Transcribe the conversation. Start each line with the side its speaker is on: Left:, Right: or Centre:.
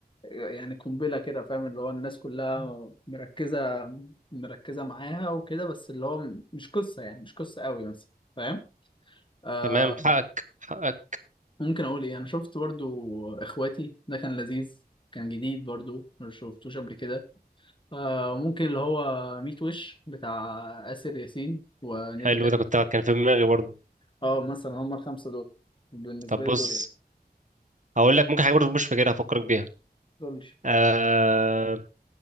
Left: يعني قنبله كده فاهم اللي هو الناس كلها مركزه مركزه معاها وكده بس اللي هو مش قصه يعني مش قصه قوي مثلا فاهم آه
Right: تمام حقك حقك
Left: ممكن اقول ايه انا شفت برضو اخواتي ده كان لذيذ كان جديد برضو ما شفتوش قبل كده آه ممكن اللي هو ميت وش بتاع آسر ياسين ونيللي
Right: حلو
Left: كريم
Right: ده كنت كان في دماغي برضه
Left: اه مثلا هما الخمسة دول بالنسبة
Right: طب
Left: لي
Right: بص
Left: دول يعني
Right: هقول لك ممكن حاجه برضه مش فاكرها هفكرك بيها
Left: دول لي.
Right: آه